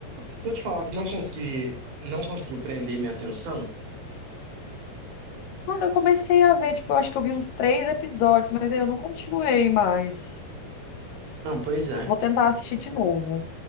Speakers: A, on the right; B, on the left.
A: Se eu te falar que não consegui, não conseguiu prender minha atenção,
B: Cara, eu comecei a ver, tipo, eu acho que eu vi uns três episódios, mas aí eu não continuei mais.
A: Não, pois é.
B: Vou tentar assistir de novo.